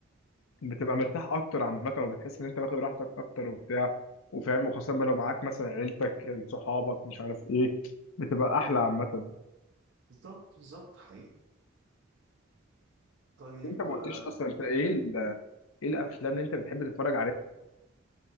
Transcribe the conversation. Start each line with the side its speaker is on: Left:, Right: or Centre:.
Left: بتبقى مرتاح اكتر عامه وبتحس ان انت واخد راحتك اكتر وبتاع وفاهم وخاصه بقى لو معاك مثلا عيلتك صحابك مش عارف ايه بتبقى احلى عامه
Right: بالظبط بالظبط حقيقي طيب
Left: بس انت ما
Right: آه،
Left: قلتليش اصلا انت ايه ال- ايه الافلام اللي انت بتحب تتفرج عليها